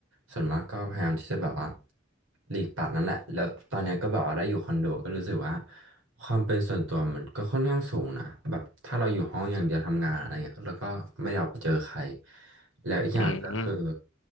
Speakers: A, on the right (about 85°); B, on the left (about 75°).
A: ส่วนมากก็พยายามที่จะแบบว่าหลีกปัดนั่นแหละแล้วตอนเนี้ยก็แบบว่าได้อยู่คอนโดก็รู้สึกว่าความเป็นส่วนตัวมันก็ค่อนข้างสูงนะแบบถ้าเราอยู่ห้องอย่างเดียวทำงานอะไรเงี้ยแล้วก็ไม่ได้ออกไปเจอใคร แล้วอีกอย่างก็คือ
B: อืม